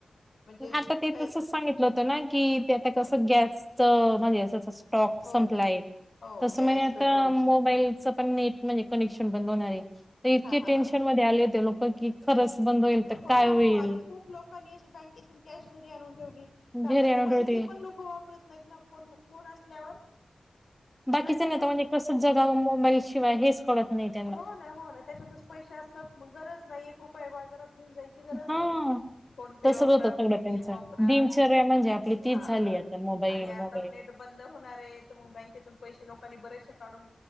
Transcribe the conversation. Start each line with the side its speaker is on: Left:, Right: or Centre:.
Left: म्हणजे
Centre: आता ते
Left: काही
Centre: तसच सांगितलं होतं ना कि ते आता
Left: हा
Centre: कस गॅस च. म्हणजे स्टॉक
Left: हो
Centre: संपलाय
Left: हो
Centre: तस
Left: गॅस
Centre: म्हणे आता
Left: पेट्रोलच
Centre: मोबाईल पण नेट म्हणजे कनेक्शन बंद होणार. आहे तर इतके
Left: हा हा
Centre: टेन्शन
Left: हा
Centre: मध्ये आले होते लोक की खरंच बंद होईल तर
Left: हो
Centre: काय
Left: हो
Centre: होईल.
Left: आणि खूप लोकांनी अशे बँकेत कॅश घरी आणून ठेवली. आता
Centre: घरी आणून
Left: पैसे
Centre: ठेवते
Left: पण लोक वापरत नाहीत ना. फोन फोन असल्यावर.
Centre: बाकीच्याना
Left: कंटिन्यू
Centre: तर, म्हणजे कस जगाव मोबाईल शिवाय हेच कळत नाहीत.
Left: हो ना हो ना. त्याच्यातच पैसे असतात मग गरज नाही एक रुपयया बाजारात घेऊन जायची. ची गरज
Centre: हा
Left: नाही. फोन पे
Centre: तसच
Left: वापरा
Centre: होतं सगळं
Left: पेटीएम
Centre: त्यांचं
Left: वापरा
Centre: दिनचर्या म्हणजे आपली तीच
Left: हा
Centre: झाली आता मोबाईल
Left: आणि आता
Centre: मोबाईल
Left: नेट बंद होणार आहेत. मग, बँकेतून पैसे लोकांनी बरेचसे काढून